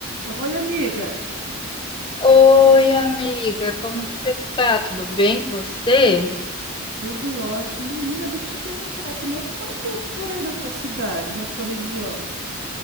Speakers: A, on the right (about 55°); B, on the left (about 25°).
A: Oi, amiga.
B: Oi, amiga, como que você tá? Tudo bem com você?
A: Tudo ótimo. Menina, deixa eu te perguntar, como é que tá o tempo por aí na tua cidade, na sua região?